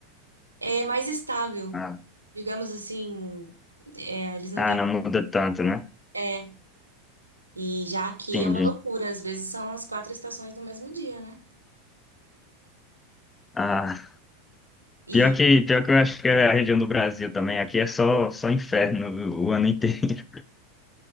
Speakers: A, on the right; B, on the left.
A: é, é mais estável,
B: Ah,
A: digamos assim, é, eles não
B: ah,
A: têm.
B: não muda tanto, né?
A: É, e já aqui
B: Entendi.
A: é uma loucura, às vezes são as quatro estações no mesmo dia, né?
B: Ah,
A: E
B: pior que, pior que eu acho que é a região do Brasil também. Aqui é só, só inferno o o ano inteiro. <laughs>